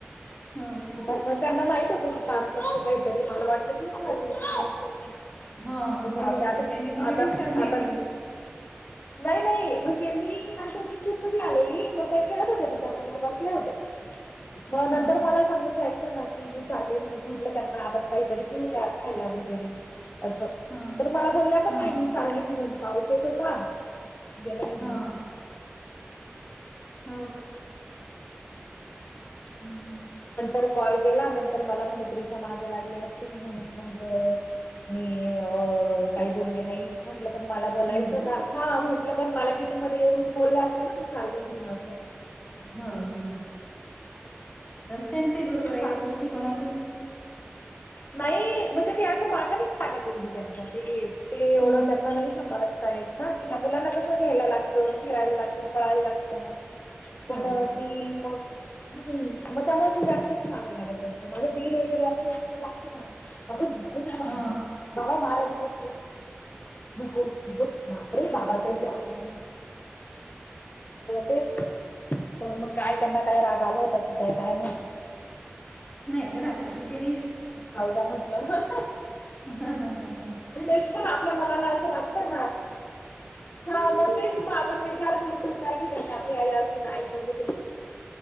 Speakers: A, on the left (about 25°); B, on the left (about 45°).
A: हो का
B: मग त्यांना माहीत होतं की काम करते काहीतरी मला वाटलं की घेऊन जातील ते काहीतरी
A: हा
B: म्हणलं
A: बरोबर
B: जाऊ द्या
A: आहे
B: आता
A: त्यांनी तुला
B: आता
A: डिस्टर्ब नाही
B: आता
A: केलं
B: नाही नाही म्हणजे मी नंतर किचन मध्ये आलेली मग ते खेळत होते तिच्याबरोबर बसल्या होत्या मग
A: हा
B: नंतर मला सांगून जायचं ना की मी चालेल म्हटलं त्यांना आपण काहीतरी देऊया खायला वगैरे असं
A: हा
B: तर मला बोलल्या पण
A: हा
B: नाही मी चालली म्हणून पाऊस येत होता गेल्या म्हणून
A: हा हम हम् हम
B: नंतर कॉल केला नंतर मला म्हणे ञिशा मागे लागली असतील म्हणून मग मी अ काही बोलले नाही म्हटलं पण मला बोलायचं
A: हम्म
B: ना हा म्हटलं पण मला किचन मध्ये येऊन बोल असं ना मी चालले म्हणून असं
A: हा हा त्यांचही बरोबर आहे
B: सास
A: एक दृष्टिकोनातून
B: नाही म्हणजे ते असं मागत नाही एवढी त्याच्यात ते ते एवढं
A: हम्म
B: त्यांना नाही सांभळत शाळेत ना कि मुलांना कसं घ्यायला लागतं फिरायला लागत पळायला लागतं पण
A: हो हो
B: ती मग हम मग त्यामुळे ते जास्त नाही मागं लागत त्यांच्या माझं दीर वगैरे अस लागते मग लागते मागे अग नको ना बाळा
A: हा
B: बाबा मारत ना तुला नको ही बघ बापरे बाबाचा इ ते आणून तेच पण मग काय त्यांना काय राग आला होता की काय काय माहीती
A: नाही ग राग कसाचां येईल
B: जाऊ द्या म्हटलं
A: ह ह ह ह
B: तेच पण आपल्या मनाला असं वाटतं ना हा मग तेच मग आपण विचार करतो आपली आई पण असते तर आई पडले